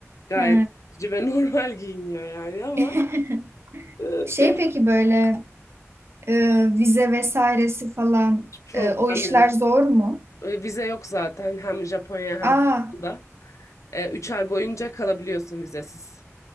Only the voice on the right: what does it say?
He.
<laughs>
Şey
peki böyle e, vize vesairesi falan
e, o işler
zor mu?
Aa,